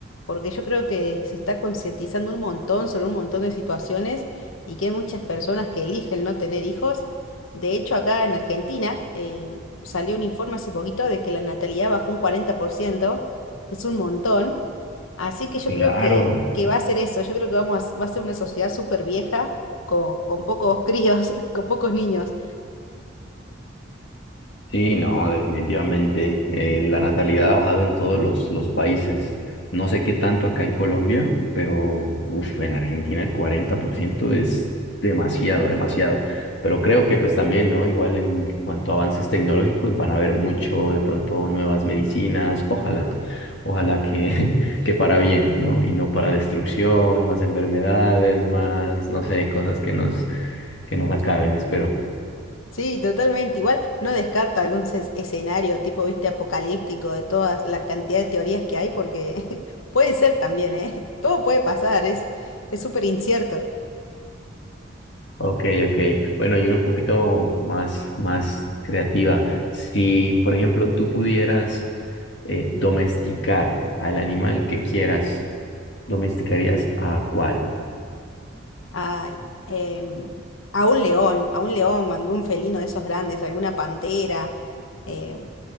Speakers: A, on the left; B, on the left.
A: porque yo creo que se está concientizando un montón sobre un montón de situaciones y que hay muchas personas que eligen no tener hijos. De hecho, acá en Argentina em, salió un informe hace poquito de que la natalidad bajó un 40%, que es un montón. Así que yo
B: Claro.
A: creo que, que va a ser eso, yo creo que vamos a- va a ser una sociedad súper vieja con, con pocos críos, <laughs> con pocos niños.
B: Sí, no, definitivamente. eh, la natalidad ha bajado en todos los, los países. No sé qué tanto acá en Colombia, pero uf, en Argentina el 40% es demasiado, demasiado. Pero creo que pues también, ¿no? Igual en cuanto a avances tecnológicos van a haber mucho, de pronto nuevas medicinas. Ojalá, ojalá que, <laughs> que para bien, ¿no? Y no para destrucción, más enfermedades, más, no sé, cosas que nos, que nos acaben, espero.
A: Sí, totalmente. Igual no descarto algún ces- escenario tipo, viste, apocalíptico de todas la cantidad de teorías que hay, porque <laughs> puede ser también, ¿eh? Todo puede pasar, es es súper incierto.
B: Ok, ok. Bueno, yo era un poquito más, más creativa. Si, por ejemplo, tú pudieras eh, domesticar al animal que quieras, ¿domesticarías a cuál?
A: Ay, em, a un león, a un león o algún felino de esos grandes, alguna pantera, em,